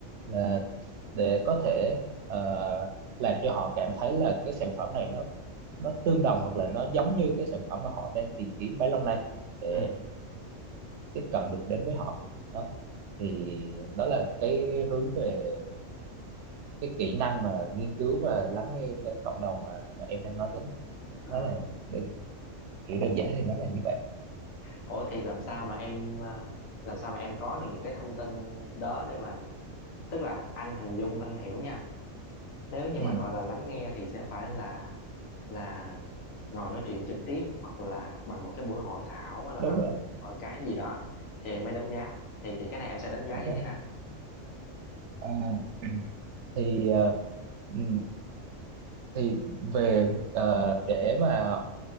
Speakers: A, on the right; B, on the left.
A: là để có thể ờ, làm cho họ cảm thấy là cái sản phẩm này nó nó tương đồng hoặc là nó giống như cái sản phẩm mà họ đang tìm kiếm bấy lâu nay để
B: ừ. ừ.
A: tiếp cận được đến với họ đó thì đó là cái hướng về cái kỹ năng mà nghiên cứu và lắng nghe cái cộng đồng mà mà em đang nói đến
B: à
A: nó là đơn, kiểu đơn giản thì nó là như vậy
B: Ủa thì làm sao mà em à, làm sao mà em có được những cái thông tin đó để mà tức là anh hình dung anh hiểu nha nếu như
A: ừ,
B: mà gọi là lắng nghe thì sẽ phải là là ngồi nói chuyện trực tiếp hoặc là bằng một cái buổi hội thảo hay là
A: đúng
B: bằng
A: rồi
B: ở cái gì đó thì em mới đánh giá thì thì cái này em sẽ đánh giá
A: đúng
B: như
A: rồi
B: thế nào
A: à, <clears throat> thì ờ, ừ, thì về ờ, để mà